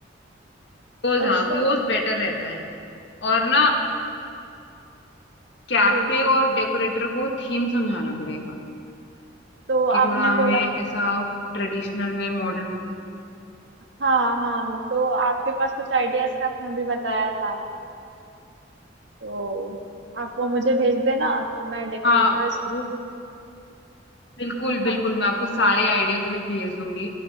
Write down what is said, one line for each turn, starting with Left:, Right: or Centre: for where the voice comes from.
Left: क्लोज
Right: एक्सटेंड
Left: हाँ क्लोज बेटर रहता है और ना कैफे
Right: जी
Left: और डेकोरेटर को थीम समझाना पड़ेगा
Right: तो
Left: कि
Right: आपने
Left: थोड़ा हमें
Right: बोला था
Left: ऐसा ट्रेडिशनल में मॉडर्न
Right: हाँ हाँ तो आपके पास कुछ आइडियाज थे आपने अभी बताया था तो आप वो मुझे भेज देना तो मैं डेकोरेटर्स
Left: हाँ वो बिल्कुल
Right: हाँ
Left: बिल्कुल मैं आपको सारे आइडियाज अभी भेज दूंगी